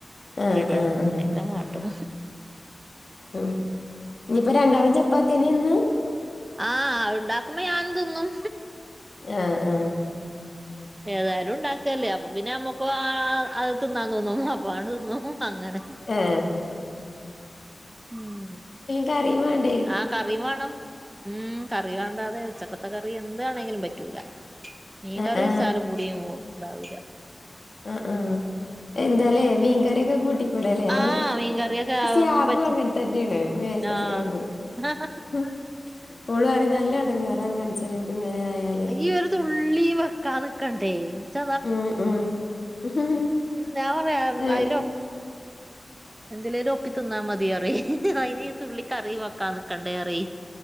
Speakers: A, on the left (about 55°); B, on the right (about 25°).
A: ആ
B: റെഡിയാക്കും
A: ആ ആ
B: അങ്ങനെയൊക്കെ
A: ഉം
B: കാട്ടും.
A: ഉം ഇനിയിപ്പോ രണ്ടാളും ചപ്പാത്തിനെ തിന്ന.
B: ആഹ് ഉണ്ടാക്കുമ്പോ ഞാൻ തിന്നും.
A: ആഹ് ആഹ്.
B: ഏതായാലും ഉണ്ടാക്കല്ലേ അപ്പൊ പിന്നെ നമ്മുക്ക് അത് തിന്നാന്ന് തോന്നും. അപ്പൊ അങ്ങ്ട് തിന്നും അങ്ങനെ
A: ആ
B: ഉം
A: കറീം വേണ്ടേ.
B: ആഹ് കറി വേണം ഉം കറി വേണം. കടാതെ ഉച്ചക്കത്തെ കറി എന്താണെങ്കിലും പറ്റൂല മീൻ
A: ആ
B: കറി
A: ആ
B: വെച്ചാലും കൂടിയും ഉണ്ടാവൂല.
A: ആഹ് ആഹ് എന്താലേ വീൻകറിഒക്കെ കൂട്ടി. ഇവിടല്ലേ
B: ആഹ്
A: അങ്ങനെ
B: മീൻകറിയൊക്കെ ആവൊന്നും
A: സ്യാബ്
B: പറ്റ
A: അങ്ങനെ തന്നെയാണ് മേലത്തെ
B: ആഹ്
A: സ്വാബ്. ഉം ഓളറി നല്ല എടങ്ങറാണ് മന്സ. അച്ഛത്ങ്ങനെ ആയാലേ
B: ഈ ഒരു തുള്ളി വെക്കാൻ നിക്കണ്ടേ ഇച്ച്
A: ഉം ഉം <unintelligible>
B: ഉം ഞാൻ പറയാ
A: ഉം
B: അയ്ല് എന്തിലേലും ഒപ്പി ച്ച്തിന്നാ മതിയറിം അയിന് തുള്ളി കറി വെക്കാ നിക്കണ്ടേ പറയ്.